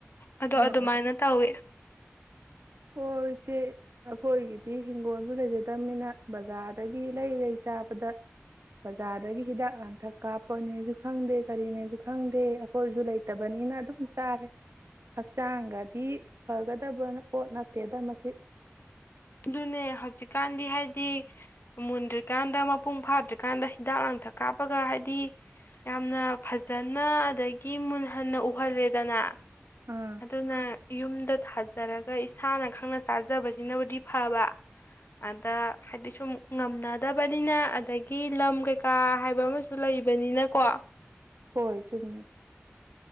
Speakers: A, on the left (about 50°); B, on the right (about 70°).
A: ꯑꯗꯣ
B: ꯎꯝ
A: ꯑꯗꯨꯃꯥꯏꯅ
B: ꯎꯝ
A: ꯇꯧꯋꯦ
B: ꯍꯣꯏ ꯏꯆꯦ ꯑꯩꯈꯣꯏꯒꯤꯗꯤ ꯍꯤꯡꯒꯣꯜꯁꯨ ꯂꯩꯖꯗꯕꯅꯤꯅ ꯕꯖꯥꯔꯗꯒꯤ ꯂꯩ ꯂꯩ ꯆꯥꯕꯗ ꯕꯖꯥꯔꯗꯒꯤ ꯍꯤꯗꯥꯛ ꯂꯥꯡꯊꯛ ꯀꯥꯞꯄꯅꯦꯁꯨ ꯈꯪꯗꯦ ꯀꯔꯤꯅꯦꯁꯨ ꯈꯪꯗꯦ ꯑꯩꯈꯣꯏꯁꯨ ꯂꯩꯇꯕꯅꯤꯅ ꯑꯗꯨꯝ ꯆꯥꯔꯦ ꯍꯛꯆꯥꯡꯒꯗꯤ ꯐꯒꯗꯕꯅ ꯄꯣꯠ ꯅꯠꯇꯦꯗ ꯃꯁꯤ
A: ꯑꯗꯨꯅꯦ ꯍꯧꯖꯤꯛꯀꯥꯟꯗꯤ ꯍꯥꯏꯗꯤ ꯃꯨꯟꯗ꯭ꯔꯤꯀꯥꯟꯗ ꯃꯄꯨꯡ ꯐꯥꯗ꯭ꯔꯤꯀꯥꯟꯗ ꯍꯤꯗꯥꯛ ꯂꯥꯡꯊꯛ ꯀꯥꯞꯄꯒ ꯍꯥꯏꯗꯤ ꯌꯥꯝꯅ ꯐꯖꯅ ꯑꯗꯒꯤ ꯃꯨꯟꯍꯟꯅ ꯎꯍꯜꯂꯦꯗꯅ
B: ꯑꯥ
A: ꯑꯗꯨꯅ ꯌꯨꯝꯗ ꯊꯥꯖꯔꯒ ꯏꯁꯥꯅ ꯈꯪꯅ ꯆꯥꯖꯕꯁꯤꯅꯕꯨꯗꯤ ꯐꯕ ꯑꯗ ꯍꯥꯏꯗꯤ ꯁꯨꯝ ꯉꯝꯅꯗꯕꯅꯤꯅ ꯑꯗꯒꯤ ꯂꯝ ꯀꯩꯀꯥ ꯍꯥꯏꯕ ꯑꯃꯁꯨ ꯂꯩꯕꯅꯤꯅꯀꯣ
B: ꯍꯣꯏ ꯆꯨꯝꯃꯦ